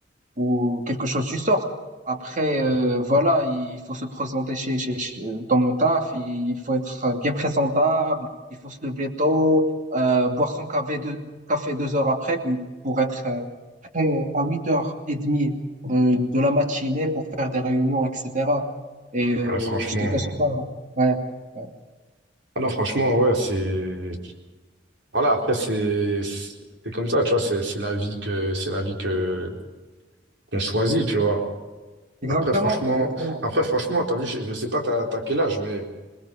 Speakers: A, on the right; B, on the right.
A: ou quelque chose du sort. Après, euh, voilà, il faut se présenter chez, chez, chez- dans mon taf, il faut être bien présentable, il faut se lever tôt, euh, boire son café deux, café deux heures après puis pour être euh, prêt à 8h30 de, de la matinée pour faire des réunions, etc. Et euh,
B: Ouais, franchement,
A: je te cache pas, ouais. ouais.
B: ah non, franchement, ouais, c'est, voilà, après, c'est c'est comme ça, tu vois. C'est, c'est la vie que, c'est la vie que, qu'on choisit, tu vois.
A: Exactement,
B: Après, franchement,
A: exactement.
B: après, franchement, t'as vu, je, je sais pas t'as, t'as quel âge, mais